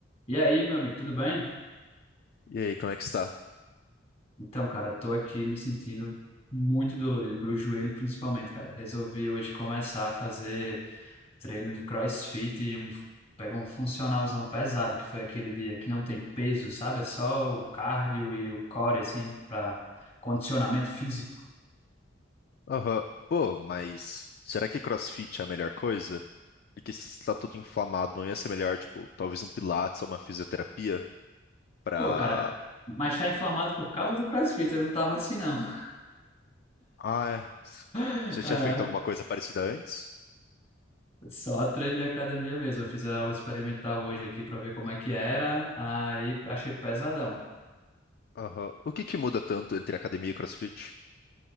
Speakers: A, on the left (about 35°); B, on the left (about 50°).
A: E aí, meu amigo, tudo bem?
B: E aí, como é que está?
A: Então, cara, tô aqui me sentindo muito dolorido, meu joelho principalmente, cara. Resolvi hoje começar a fazer treino de CrossFit e um, pegar um funcionalzão pesado, que foi aquele dia que não tem peso, sabe? É só o cardio e o core, assim, pra condicionamento físico.
B: Aham. Pô, mas será que CrossFit é a melhor coisa? Porque se está tudo inflamado, não ia ser melhor, tipo, talvez um pilates ou uma fisioterapia pra...
A: Pô, cara, mas tá inflamado por causa do CrossFit, eu não tava assim, não.
B: Ah, é.
A: <laughs>
B: Você já
A: É,
B: tinha feito alguma coisa parecida antes?
A: só treino de academia mesmo. Eu fiz a aula experimental hoje aqui pra ver como é que era, aí achei pesadão.
B: Aham. O que que muda tanto entre academia e CrossFit?